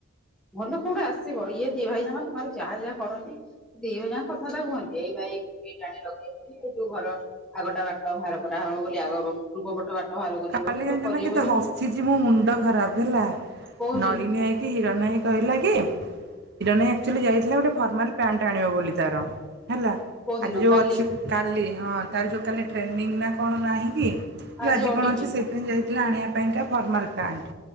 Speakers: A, in the centre; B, on the right.
A: ଘର ତ କୋଉଠୁ ଆସିବ ଇଏ ଦି ଭାଇ ଜାକ ତମର ଯାହା ଯାହା କରନ୍ତି ଦିଇ ଭାଇ ଜାଣ କଥାଟା କୁହନ୍ତି ଏଇ ବା ଏଇ ଜାଣି ଲଗେଇଉଛି ଏଇ ଯୋଉ ଘର ଆଗଟା ବାଟ ବାହାର କରାହବ ବୋଲି ଆଗ ପୂର୍ବ ପଟ ବାଟ ବାହାର କରିବେ
B: କାଲିଗଞ୍ଜ
A: ବୋଲି ସବୁ କରିବେ
B: ନା କେତେ
A: ବୋଲି
B: ହସିଛି ମୋ ମୁଣ୍ଡ ଖରାପ ହେଲା
A: କହୁଛି
B: ନଳିନୀ ଆଇକି ତମେ ହିଁ କହିଲା କି ଜଣେ ଆକ୍ଚୁଲି ଯାଇଥିଲା ଗୋଟେ ଫର୍ମାଲ ପ୍ୟାଣ୍ଟ ଆଣିବ ବୋଲି ତାର ହେଲା
A: କୋଉ ଦିନ
B: ଆଜି ଯଉ
A: କାଲି
B: ଅଛି କାଲି ହଁ ତାର ଯୋଉ କାଲି ଟ୍ରେନିଂ ନା କଣ ନାହିଁକି?
A: ଆଜି ଅଡିଟ୍।
B: ସେଇଥିପାଇଁ ଯାଇଥିଲେ ଆଣିବା ପାଇଁକା ଫର୍ମାଲ୍ ପ୍ୟାଣ୍ଟ୍